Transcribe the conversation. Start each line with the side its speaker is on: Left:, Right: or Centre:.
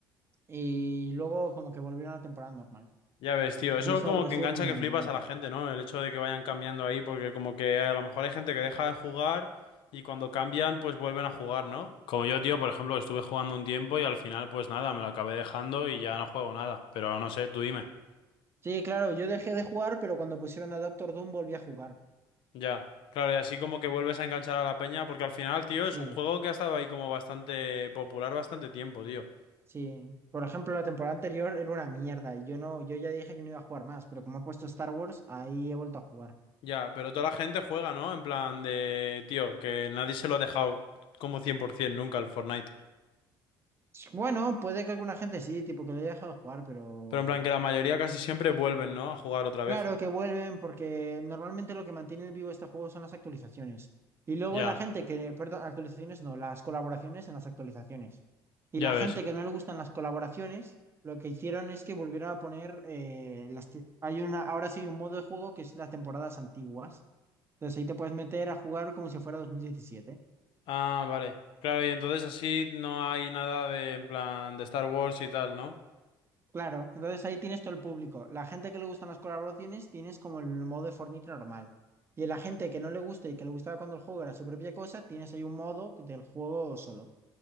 Right: Y luego como que volvieron a temporada normal.
Left: Ya ves, tío,
Right: Y
Left: eso
Right: eso
Left: como
Right: habrá
Left: que
Right: sido
Left: engancha
Right: como
Left: que
Right: en
Left: flipas
Right: noviembre.
Left: a la gente, ¿no? El hecho de que vayan cambiando ahí, porque como que a lo mejor hay gente que deja de jugar y cuando cambian, pues vuelven a jugar, ¿no? Como yo, tío, por ejemplo, que estuve jugando un tiempo y al final, pues nada, me lo acabé dejando y ya no juego nada. Pero no sé, tú dime.
Right: Sí, claro, yo dejé de jugar, pero cuando pusieron a Doctor Doom volví a jugar.
Left: Ya, claro, y así como que vuelves a enganchar a la peña, porque al final, tío,
Right: Sí,
Left: es un juego que ha estado ahí como bastante popular bastante tiempo, tío.
Right: sí. Por ejemplo, la temporada anterior era una mierda y yo no, yo ya dije que no iba a jugar más, pero como ha puesto Star Wars, ahí he vuelto a jugar.
Left: Ya, pero toda la gente juega, ¿no? En plan de, tío, que nadie se lo ha dejado como 100% nunca al Fortnite.
Right: Bueno, puede que alguna gente sí, tipo que lo haya dejado de jugar, pero
Left: Pero en plan que la mayoría casi siempre vuelven, ¿no? A jugar otra
Right: Claro
Left: vez.
Right: que vuelven porque normalmente lo que mantiene vivo este juego son las actualizaciones. Y luego
Left: Ya,
Right: la gente que, perdón, actualizaciones no, las colaboraciones en las actualizaciones. Y
Left: ya
Right: la
Left: ves.
Right: gente que no le gustan las colaboraciones, lo que hicieron es que volvieron a poner eh, las te- hay una, ahora sí hay un modo de juego que es las temporadas antiguas. Entonces ahí te puedes meter a jugar como si fuera dos mil diecisiete
Left: Ah, vale. Claro, y entonces así no hay nada de, en plan, de Star Wars y tal, ¿no?
Right: Claro, entonces ahí tienes todo el público. La gente que le gustan las colaboraciones tienes como el modo de Fortnite normal. Y la gente que no le gusta y que le gustaba cuando el juego era su propia cosa, tienes ahí un modo del juego solo.